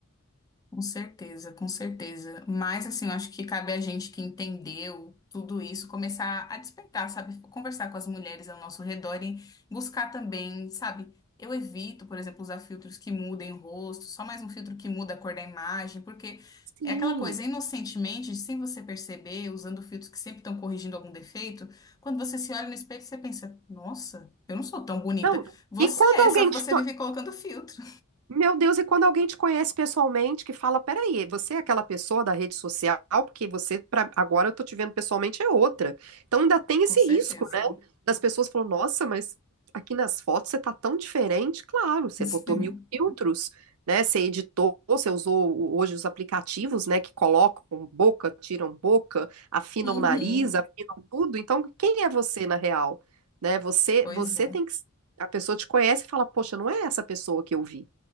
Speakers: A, on the left; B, on the right.
A: Com certeza, com certeza. Mas, assim, eu acho que cabe a gente que entendeu tudo isso começar a despertar, sabe? Conversar com as mulheres ao nosso redor e buscar também, sabe? Eu evito, por exemplo, usar filtros que mudem o rosto, só mais um filtro que muda a cor da imagem, porque
B: Sim.
A: é aquela coisa, inocentemente, sem você perceber, usando filtros que sempre estão corrigindo algum defeito, quando você se olha no espelho, você pensa: nossa, eu não sou tão bonita.
B: Não.
A: Você
B: E quando
A: é,
B: alguém
A: só que
B: te
A: você vive colocando filtro.
B: Meu Deus, e quando alguém te conhece pessoalmente, que fala, peraí, você é aquela pessoa da rede social, porque você, pra, agora eu tô te vendo pessoalmente, é outra. Então ainda tem esse
A: Com certeza.
B: risco, né? Das pessoas falam, nossa, mas aqui nas fotos você tá tão diferente. Claro, você
A: <laughs>
B: botou mil filtros, né? Você editou, você usou o- hoje os aplicativos, né? Que colocam boca, tiram boca, afinam
A: Uhum.
B: o nariz, afinam tudo. Então, quem é você na real? Né? Você,
A: Pois
B: você
A: é.
B: tem que. A pessoa te conhece e fala, poxa, não é essa pessoa que eu vi.